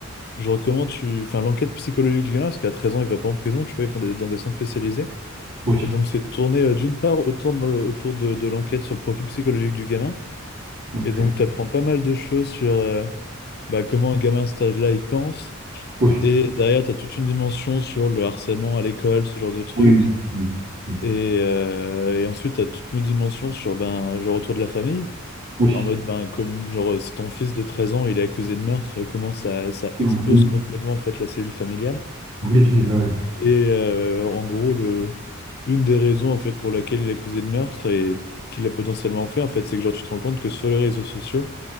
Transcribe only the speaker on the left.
genre, comment tu. Enfin, l'enquête psychologique du gamin, parce qu'à 13 ans, il va pas en prison, tu vois, il va dans des dans des centres spécialisés.
Et donc, c'est tourné euh, d'une part autour de, le- autour de, de l'enquête sur le profil psychologique du gamin.
Et donc, tu apprends pas mal de choses sur euh, bah, comment un gamin à cet âge-là, il pense.
Et derrière, tu as toute une dimension sur le harcèlement à l'école, ce genre de truc.
Et, euh, et ensuite, tu as toute une dimension sur ben, genre autour de la famille.
En mode, ben, comme, genre, si ton fils de 13 ans, il est accusé de meurtre, comment ça, ça
expose complètement en fait, la cellule familiale.
Et euh, en gros, le, une des raisons en fait pour laquelle il est accusé de meurtre et qu'il a potentiellement fait, en fait, c'est que genre tu te rends compte que sur les réseaux sociaux,